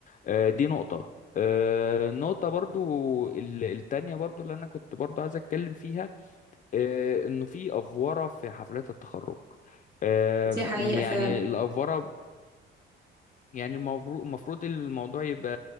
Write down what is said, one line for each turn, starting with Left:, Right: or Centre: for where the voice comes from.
Left: آه، دي نقطة آه، النقطة برضو ال- التانية برضو اللي انا كنت برضو عايز اتكلم فيها آه، انه في افورة في حفلات التخرج آه،
Right: دي حقيقه
Left: يعني
Right: فعلا
Left: الافورة يعني المفروض المفروض الموضوع يبقى